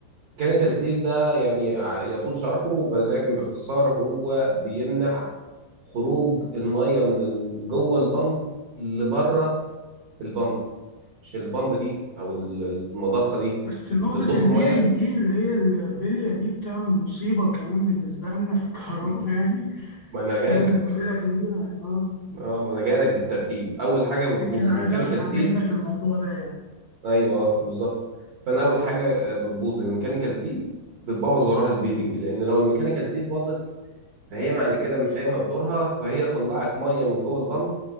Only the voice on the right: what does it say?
ميكانيكال سيل ده يعني ع- يطول شرحه ولكن باختصار هو بيمنع خروج المية من ال- جوه البمب لبره البمب مش البمب دي او ال- المضخة دي
بتضخ
مية
م-
ما انا جاي
لك
اه ما انا جاي لك بالترتيب اول حاجة بتبوظ
الميكانيكال
سيل
ايوه آه، بالظبط فانا اول حاجه آه، بتبوظ الميكانيكال سيل بتبوظ وراها البيرنج لان لو الميكانيكال سيل باظت فهي معنى كده مش قايمه بدورها فهي طلعت ميه من جوه البامب